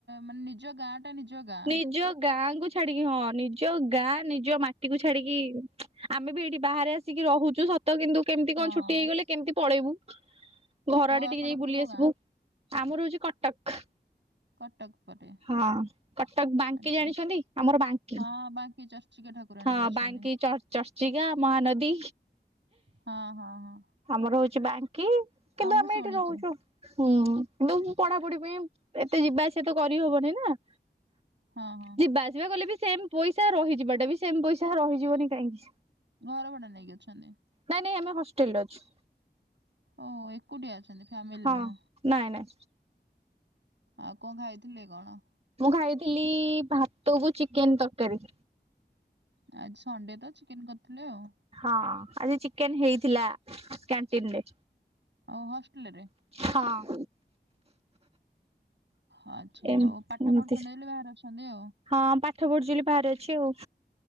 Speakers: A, on the right (about 80°); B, on the right (about 35°).
A: ମାନେ ନିଜ ଗାଁ ଏଟା ନିଜ ଗାଁ
B: ନିଜ ଗାଁ କୁ ଛାଡିକି ହଁ ନିଜ ଗାଁ ନିଜ ମାଟି କୁ ଛାଡିକି ଆମେ ବି ଏଇଠି ବାହାରେ ଆସିକି ରହୁଛୁ ସତ କିନ୍ତୁ କେମିତି
A: ହଁ
B: କଣ ଛୁଟି ହେଇଗଲେ କେମିତି ପଳେଇବୁ ଘର
A: କୋଉ
B: ଆଡେ
A: ଆପଣଙ୍କର
B: ଟିକେ ଯାଇ ବୁଲି
A: କୋଉ
B: ଆସିବୁ
A: ଗାଁ
B: ଆମର ହଉଛି କଟକ।
A: କଟକ ପଟେ
B: ହଁ। କଟକ ବାଙ୍କି
A: ଆଚ୍ଛା
B: ଜାଣିଛନ୍ତି,
A: ଆଚ୍ଛା।
B: ଆମର ବାଙ୍କି
A: ହଁ ବାଙ୍କି ଚର୍ଚ୍ଚିକା ଠାକୁରାଣୀ
B: ହଁ
A: ଯୋଉ ଅଛନ୍ତି
B: ବାଙ୍କି ଚଚୀ ଚର୍ଚିକା, ମହାନଦୀ,
A: ହଁ, ହଁ, ହଁ,
B: ଆମର ହଉଛି ବାଙ୍କି,
A: ହଁ
B: କିନ୍ତୁ
A: ମୁଁ
B: ଆମେ
A: ଶୁଣିଛି
B: ଏଇଠି ରହୁଛୁ। ହୁଁ ଉଁ କିନ୍ତୁ ମୁଁ ପଢାପଢି ପାଇଁ ଏତେ ଯିବା ଆସିବା ତ କରିହବନି ନା
A: ହଁ, ହଁ
B: ଯିବା ଆସିବା କଲେ ବି ସେମ ପଇସା ରହିଯିବାଟା ବି ସେମ ପଇସା ରହିଯିବନି କାହିଁକି?
A: ଘର ଭଡା ନେଇକି ଅଛନ୍ତି।
B: ନାଇଁ, ନାଇଁ, ଆମେ ହଷ୍ଟେଲ ରେ ଅଛୁ।
A: ଓ ଏକୁଟିଆ ଅଛନ୍ତି ଫ୍ୟାମିଲି
B: ହଁ
A: ନୁହ।
B: ନାଇଁ ନାଇଁ
A: ଆଉ କଣ ଖାଇଥିଲେ କଣ?
B: ମୁଁ ଖାଇଥିଲି ଭାତକୁ ଚିକେନ ତରକାରୀ।
A: ଆଜି ସଣ୍ଡେ ତ ଚିକେନ କରିଥିଲେ ଆଉ।
B: ହଁ ଆଜି ଚିକେନ ହେଇଥିଲା କ୍ୟାଣ୍ଟିନ ରେ।
A: ଓ ହଷ୍ଟେଲ ରେ
B: ହଁ
A: ଓ ଆଚ୍ଛା
B: ଏମତି
A: ହଉ ପାଠ ପଢୁଛନ୍ତି ହେଲେ ବାହାରେ ଅଛନ୍ତି ଆଉ।
B: ହଁ ପାଠ ପଢୁଚ ବୋଲି ବାହାରେ ଅଛି ଆଉ।